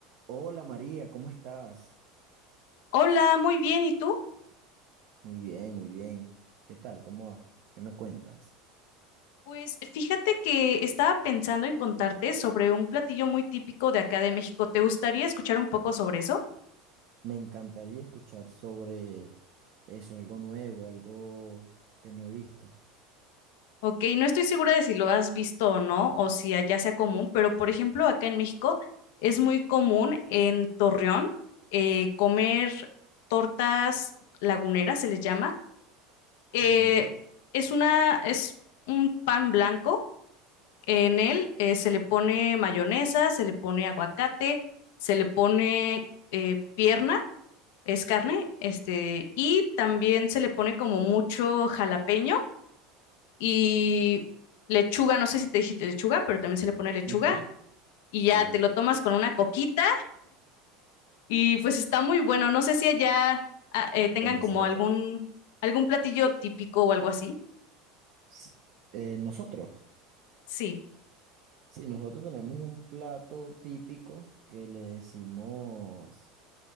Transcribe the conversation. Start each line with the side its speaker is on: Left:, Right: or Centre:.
Right: Hola María, ¿cómo estás?
Left: Hola, muy bien. ¿Y tú?
Right: Muy bien, muy bien. ¿Qué tal? ¿Cómo va? ¿Qué me cuentas?
Left: Pues fíjate que estaba pensando en contarte sobre un platillo muy típico de acá de México. ¿Te gustaría escuchar un poco sobre eso?
Right: Me encantaría escuchar sobre eso, algo nuevo, algo que no he visto.
Left: Ok, no estoy segura de si lo has visto o no, o si allá sea común, pero por ejemplo, acá en México es muy común en Torreón eh, comer tortas laguneras, se les llama. Eh,
Right: Ok. Sí,
Left: es una, es un pan blanco En él eh, se le pone mayonesa, se le pone aguacate, se le pone eh, pierna, es carne, este, y también se le pone como mucho jalapeño y lechuga, no sé si te dije lechuga, pero también se le pone lechuga
Right: sí.
Left: y ya
Right: Uf.
Left: te lo tomas con una coquita y pues está muy bueno. No sé si allá ah, eh, tengan
Right: Bueno,
Left: como
Right: se ve
Left: algún,
Right: bueno.
Left: algún platillo típico o algo así.
Right: S- eh, nosotros.
Left: Sí,
Right: Sí, nosotros tenemos un plato típico que le decimos